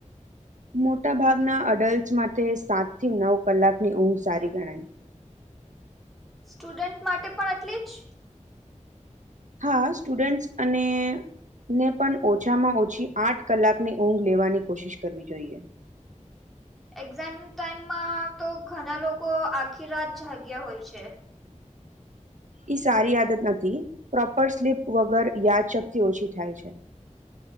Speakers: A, on the right (about 75°); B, in the centre.
A: મોટા ભાગના અડલ્ટ માટે સાત થી નવ કલાકની ઊંઘ સારી ગણાય
B: સ્ટુડન્ટ માટે પણ એટલી જ
A: હા સ્ટુડન્ટ્સ અને ને પણ ઓછામાં ઓછી આઠ કલાકની ઊંઘ લેવાની કોશિશ કરવી જોઈએ
B: એક્ઝામ ટાઈમમાં તો ઘણા લોકો આખી રાત જાગ્યા હોય છે
A: ઈ સારી આદત નથી પ્રોપર સ્લીપ વગર યાદશકતી ઓછી થાય છે